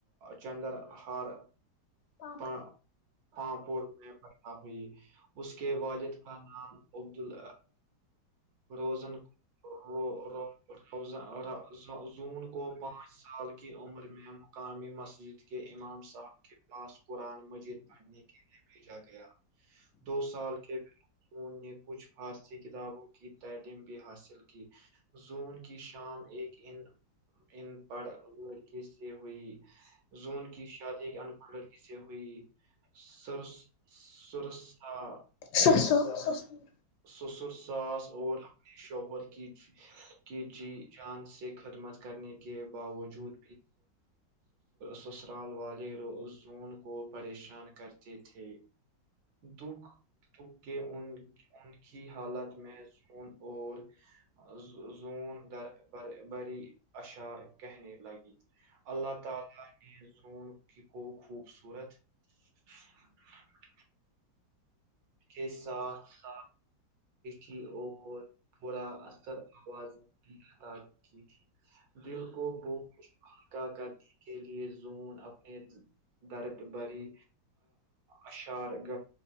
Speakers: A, on the right (about 80°); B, on the left (about 70°).
A: چندر ہار
B: پپ
A: پا- پانپور میں پیدا ہوئی اس کے والد کا نام عبد ال روزن <unintelligible> زون کو پانچ سال کی عمر میں مقامی مسجد <unintelligible> امام صاحب کے پاس قرآن مجید پڑھنے کے لیے بھیجا گیا دو سال کے ان نے کچھ فارسی کتابوں کی تعلیم بھی حاصل کی زون کی شام ایک ان ان پڑھ لڑکے سے ہوئی زون کی شادی کے انپڑھ لڑکی سے ہوئی سر سورا <unintelligible>
B: ش سو س <unintelligible>
A: سسر ساس اور اپ شہر کی کیچی جان سے خدمت کرنے کے باوجود سسرال والے زون کو پریشان کرتے <unintelligible> تھے دکھ دکھ کے ان ان کی حالت میں سون اور <unintelligible> زون در بری اشعار کہنے لگی اللہ تعالینے زون کو خوبصورت <unintelligible> اچ <inaudible> کے ساتھ س تھی اور پورا اثر آواز بھی ادا کی تھی <unintelligible> دل کو بو مکا کرنے کے لیے زون اپنے <unintelligible> درت بھری اشار گ